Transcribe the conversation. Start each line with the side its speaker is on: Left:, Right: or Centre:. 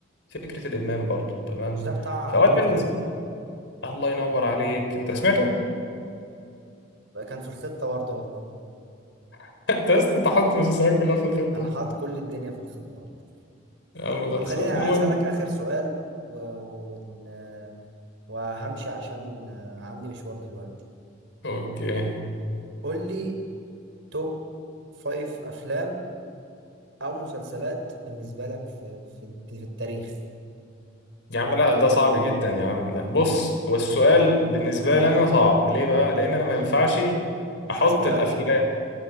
Left: فكرة الإدمان برضو تمام
Right: مش ده بتاع
Left: فهو
Right: نيلي
Left: بالنسبة
Right: كريم
Left: الله ينور عليك انت
Right: امم
Left: سمعته؟
Right: كان في الخطة برضه والله
Left: <laughs> انت لسه تحط المسلسلات كلها في الخطة
Right: انا حاطط كل الدنيا في الخطة والله
Left: يا عم خلصان
Right: طب خليني اسألك
Left: المهم
Right: اخر سؤال و... و... ون- وهمشي عشان آه، عندي مشوار دلوقتي
Left: اوكي
Right: قول لي توب فايف افلام او مسلسلات بالنسبه لك في في, في التاريخ
Left: يا عم لا ده صعب جدا يا عم بص هو السؤال بالنسبة لي أنا صعب ليه بقى؟ لأن أنا
Right: مم.
Left: ما ينفعش
Right: مش
Left: أحط
Right: لازم ترتب
Left: الأفلام